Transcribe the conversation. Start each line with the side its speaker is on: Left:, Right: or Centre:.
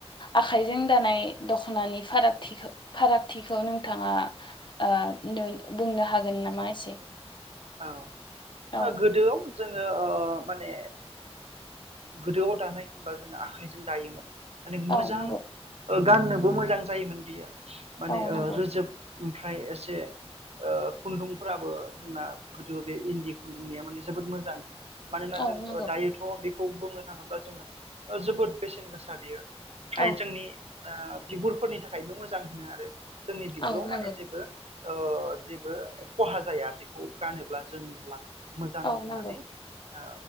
Left: आखाइजों दानाय दख'नानि फारागथि फारागथिखौ नोंथांङा ओ नो बुंनो हागो नामा एसे
Right: औ ओ
Left: औ
Right: गोदोआव जोङो ओ माने गोदोआव दानाय होनब्ला जोङो आखाइजों दायोमोन। माने मोजां
Left: औ नंगौ
Right: ओ गाननोबो मोजां जायोमोन बियो माने
Left: औ
Right: ओ
Left: नंगौ
Right: रोजोब ओमफ्राय एसे ओ खुनदुंफोराबो जोंना गोदो बे इनदि खुनदुंनिया माने जोबोद मोजां मानोना
Left: औ
Right: जों
Left: नंगौ
Right: दायोथ' बे खौ बुंनो थांङोब्ला जोङो जोबोद बेसेन गोसा बियो ओमफ्राय
Left: औ
Right: जोंनि ओ बिगुरफोरनि थाखायबो मोजां होनो आरो जोंनि बिगुराव
Left: औ नंगौ
Right: माने जेबो ओ जेबो खहा जाया बेखौ गानोब्ला जोमोब्ला मोजां
Left: औ
Right: होननानै
Left: नंगौ
Right: ओ